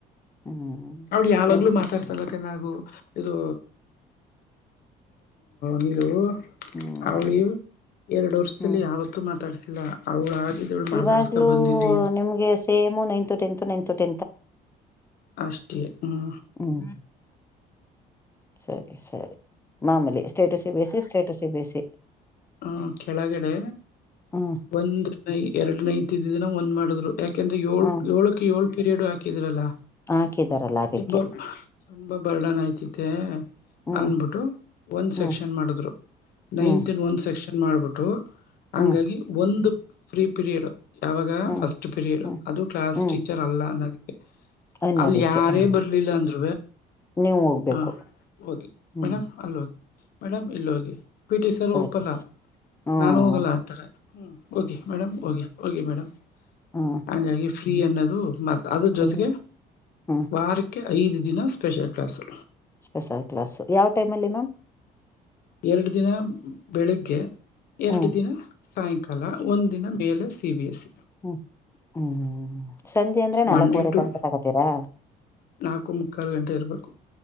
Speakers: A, on the left; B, on the left.
A: ಹ್ಮ್
B: ಅವಳ ಯಾವಾಗ್ಲುೂ
A: ನಿಮ್
B: ಮಾತಾಡ್ತ ತಲಕನ್ಗು ಇದು ನೀರು
A: ಹ್ಮ್
B: ಅವಳಿ ಎರಡು ವರ್ಷದಲ್ಲಿ
A: ಹ್ಮ್
B: ಆಾವತ್ತುೂ ಮಾತಾಡ್ಸಿಲ್ಲ ಅವಳ ಮಹಾರಸ್ಸ
A: ಇವಾಗ್ಲೂ
B: ಬಂದಿ ದ
A: ನಿಮ್ಗೆ ಸೇಮು ನೈನ್ತ್ ಟೆತ್ ನೈನ್ತ್ ಟತ್
B: ಅಷ್ಟತಿ ಹ್ಞ
A: ಹ್ಮ್ ಸರಿ ಸರಿ ಮಾಮೂಲಿ status ಬೇಸಿಸಸ್ status C B C
B: ಹ ಕೆಳಗಡೆ
A: ಹ್ಮ್
B: ಒಂದ್ ನೈ ಎರಡು ನೈ ತ್ದಿದಿನ ಒಂದ್ ಮಾಡಿದ್ರು ಯಾಕ ಯಾಕೆಂದ್ರೆ ಏಳ್
A: ಹ್ಮ್
B: ಏಳಕ್ಕೆ ಏಳ್ ಪೀರಿಯಡ್ ಹಾಕಿದ್ರಲ್ಲ
A: ಹಾಕಿದಾರಲ್ಲ ಅದಕ್ಕೆ
B: ತುಂಬಾ ತುಂಬಾ ಬರ್ಡನ್ ಆಯ್ತಿತೆ
A: ಹ್ಮ್
B: ಅಂದಬಿಟ್ಟು ಒಂದ
A: ಹ್ಮ್
B: ಸೆಕ್ಷನ್ ಮಾಡಿದ್ರು ನೈನ್ತ್ನ್
A: ಹ್ಮ್
B: ಒಂದ ಸೆಕ್ಷನ್ ಮಾಡ್ಬಿಟ್ಟು ಹಂಗಾಗಿ
A: ಹ್ಮ್
B: ಒಂದು ಫ್ರೀ ಪಿರಿಯಡ್ ಯಾವಾಗ
A: ಹ್ಮ್
B: ಫಸ್ಟ್ ಪೀರಿಡ್
A: ಹ್ಮ್
B: ಅದು ಕ್ಲಾಸ್
A: ಹ್ಮ್
B: ಟೀಚರ್ ಅಲ್ಲ ಅನ್ನದಕ್ಕೆ
A: ಅನ್ನೋದಕ್ಕೆ
B: ಅಲ್ ಯಾರೇ
A: ಹ್ಮ್
B: ಬರ್ಲಿಲ್ಲ ಅಂದ್
A: ನೀವು ಹೋಗ್ಬೇಕು
B: ಹಾ ಓೆ
A: ಹ್ಮ್
B: ಮೇಡ್ ಅಲ್ಲಿ ಹೋಗಿ ಮೇಡಮ್ ಇಲ್ಲಿ ಹೋಗಿ ಪಿ ಟಿ ಸರ್
A: ಸರಿ
B: ತಪ್ಪಲ್ಲ
A: ಹ್ಮ್
B: ನಾನು ಹೋಗಲ್ಲ ಆಥಾರೆ ಹ್ಞೂ ಓಕೆ ಮೇಡಮ್ ಓೋಗೆ ಓಕೆ ಮೇಡಮ್
A: ಹಾ
B: ಹಂಗಾಗಿ ಫ್ರೀ ಅನ್ನೋದು ಮ ಅದ್ರ ಜೊತೆಗೆ
A: ಇಲ್ ಹ್ಮ್
B: ವಾರ ಓಕೆ ಐದು ದಿನ ಸ್ಪೆಷಲ್ ಕ್ಲಾಸು
A: ಸ್ಪೆಷಲ್ ಕ್ಲಾಸ್ು ಯಾವ ಟೈಮಲ್ಲಿ ಮ್ಯಾಮ್
B: ಎರಡು ದಿನ ಬೆಳಿಗ್ಗೆ ಎರಡು
A: ಹ್ಮ್
B: ದಿನ ಸಾಯಂಕಾಲ ಒಂದುಿನ ಮೇಲೆ ಸಿ ಬಿ ಎಸ್ ಸಿ
A: ಹ್ಮ್ ಹ್ಮ್ ಹ್ಮ್ ಸಂಜೆ ಅಂದ್ರೆ ನಾಲ್ಕವರೆ
B: ಮಂಡೇ ಟು
A: ತನಕ ತಗೋತೀರಾ
B: ನಾಲ್ಕು ಮುಕ್ಕಾಲು ಗಂಟೆ ಇರಬೇಕು